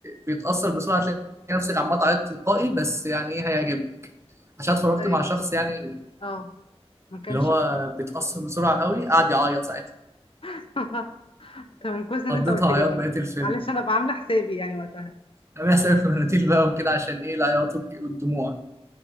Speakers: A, on the right; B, on the left.
A: بيتأثر بسرعة هتلاقي نفسك عمال تعيط تلقائي بس يعني ايه هيعجبك عشان اتفرجت
B: طيب
A: مع شخص يعني
B: اه ما كانش
A: اللي هو
B: متعب
A: بيتأثر بسرعة قوي قعد يعيط ساعتها
B: <laughs> تمام كويس ان
A: قضيتها
B: انت قلت لي
A: عياط
B: برضه
A: بقية الفيلم
B: علشان ابقى عامله حسابي يعني وقتها
A: انا بحسب في مناديل بقى وكده عشان ايه العياط والج- والدموع